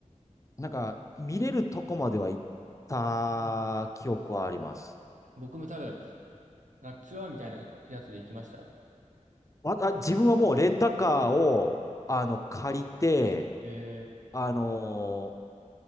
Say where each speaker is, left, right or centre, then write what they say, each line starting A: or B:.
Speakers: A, on the left; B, on the right.
A: なんか、見れるとこまでは行った記憶はあります。
B: うん。僕も多分、なんかツアーみたいなやつで行きました。
A: わあ、自分はもうレンタカーを、あの、借りて、
B: えー、
A: あのー